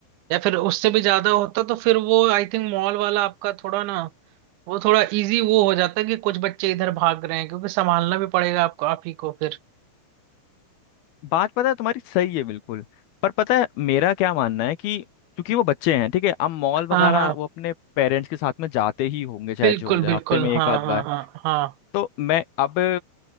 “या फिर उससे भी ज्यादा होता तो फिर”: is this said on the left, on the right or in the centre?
Right